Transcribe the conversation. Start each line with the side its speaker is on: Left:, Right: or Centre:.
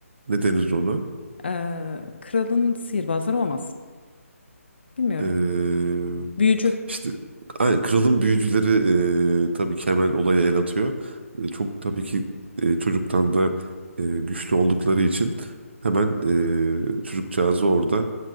Right: Ne denir ona?
Left: Eee, kralın sihirbazları olmaz. Bilmiyorum.
Right: Ee,
Left: Büyücü.
Right: işte aynen, kralın büyücüleri e, tabii ki hemen olaya el atıyor. E, çok tabii ki e, çocuktan da e, güçlü oldukları için hemen e, çocukcağızı orada